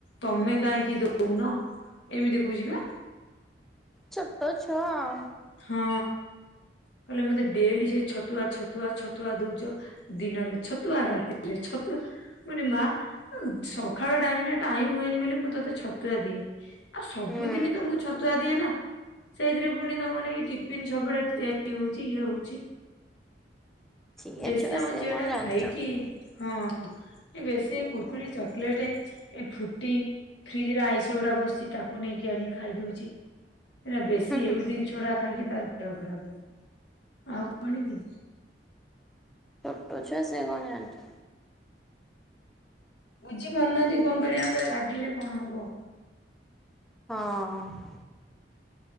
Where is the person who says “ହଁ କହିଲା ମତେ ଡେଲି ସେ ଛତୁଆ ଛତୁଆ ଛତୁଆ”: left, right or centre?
Left